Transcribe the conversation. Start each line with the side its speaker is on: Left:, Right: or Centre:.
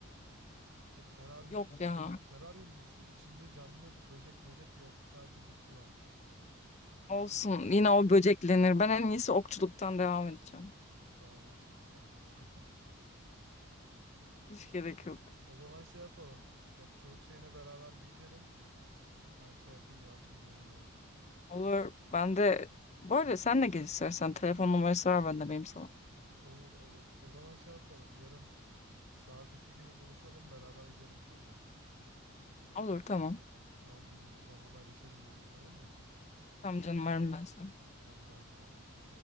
Right: su, teraryum.
Left: Yok ya.
Right: Teraryum düşün içinde canlı böcek möcek yok sadece bitki var.
Left: Olsun. Yine o böceklenir. Ben en iyisi okçuluktan devam edeceğim.
Right: Tamam aşkım sen biliyorsun. <laughs>
Left: Hiç gerek yok.
Right: O zaman şey yapalım. Okçuluk şeyine beraber bir gidelim. Ben şey yapayım yardımcı olayım orada.
Left: Olur. Ben de bu arada sen de gel istersen. Telefon numarası var bende benim sana.
Right: Olur olur. O zaman şey yapalım. Yarın saat 2 gibi buluşalım beraber gidelim sonra.
Left: Olur tamam.
Right: Tamam bebeğim o zaman haberleşelim yarın tamam mı?
Left: Tamam canım varım ben sana.
Right: Hadi bay bay.